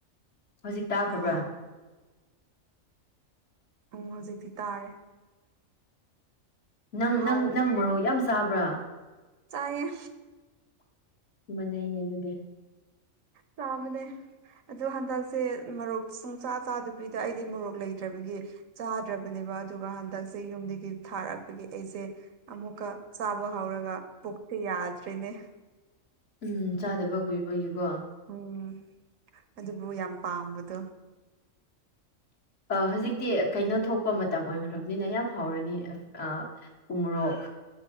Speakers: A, on the left; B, on the right.
A: ꯍꯧꯖꯤꯛ ꯇꯥꯈ꯭ꯔꯕ꯭ꯔꯥ
B: ꯑꯥ ꯎꯝ ꯍꯧꯖꯤꯛꯇꯤ ꯇꯥꯔꯦ
A: ꯅꯪ
B: ꯍꯥꯎꯕꯅꯦ
A: ꯅꯪ ꯅꯪ ꯃꯣꯔꯣꯛ ꯌꯥꯝ ꯆꯥꯕ꯭ꯔꯥ
B: ꯆꯥꯏꯌꯦ
A: ꯃꯥꯅꯩꯅꯦ ꯑꯗꯨꯗꯤ
B: ꯆꯥꯕꯅꯦ ꯑꯗꯣ ꯍꯟꯗꯛꯁꯦ ꯃꯣꯔꯣꯛ ꯁꯨꯡꯆꯥꯥ ꯆꯥꯗꯕꯤꯗ ꯑꯩꯗꯤ ꯃꯣꯔꯣꯛ ꯂꯩꯇ꯭ꯔꯕꯒꯤ ꯆꯥꯗ꯭ꯔꯕꯅꯦꯕ ꯑꯗꯨꯒ ꯍꯟꯗꯛꯁꯦ ꯌꯨꯝꯗꯒꯤ ꯊꯥꯔꯛꯄꯒꯤ ꯑꯩꯁꯦ ꯑꯃꯨꯛꯀ ꯆꯥꯕ ꯍꯧꯔꯒ ꯄꯨꯛꯇꯤ ꯌꯥꯗ꯭ꯔꯤꯅꯦ
A: ꯎꯝ ꯆꯥꯗꯕ ꯀꯨꯏꯕꯒꯤꯀꯣ
B: ꯎꯝ ꯑꯗꯨꯕꯨ ꯌꯥꯝ ꯄꯥꯝꯕꯗꯣ
A: ꯑꯥ ꯍꯧꯖꯤꯛꯇꯤ ꯀꯩꯅꯣ ꯊꯣꯛꯄ ꯃꯇꯝ ꯑꯣꯏꯈ꯭ꯔꯕꯅꯤꯅ ꯌꯥꯝ ꯍꯥꯎꯔꯅꯤ ꯑꯥ ꯎꯣꯃꯔꯣꯛ